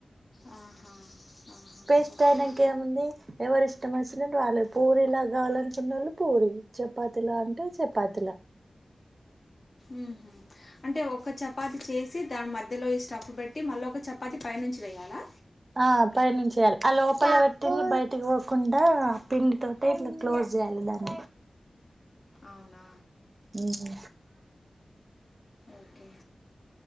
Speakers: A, on the left (about 45°); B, on the right (about 40°).
A: ఆహా ఆహా,
B: పేస్ట్
A: ఓకే
B: అయినాక ఏముంది ఎవరి ఇష్టం వచ్చినట్టు వాళ్ళు పూరిలాగా కావాలనుకున్నళ్ళు పూరి చపాతీల అంటే చపాతీల
A: ఉ అంటే ఒక్క చపాతి చేసి దాని మధ్య మధ్యలో ఈ స్టఫ్ పెట్టి మళ్ళీ ఒక చపాతి పై నుంచి వెయాలా
B: ఆ పైనుంచి వెయాలె అ లోపల పెట్టింది బయటికి పోకుండా పిండి తోటి ఇట్లా క్లోజ్ జల్లర
A: అవున
B: ఊహు
A: ఓకే